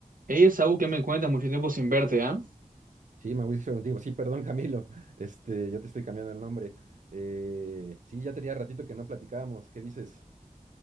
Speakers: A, on the right (about 80°); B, on the right (about 65°).
A: Ella es algo que me cuenta mucho tiempo sin verte, ¿ah?
B: Sí, Mauricio contigo. Sí, perdón, <laughs> Camilo. Este, ya te estoy cambiando el nombre. Eh, sí, ya tenía ratito que no platicábamos. ¿Qué dices?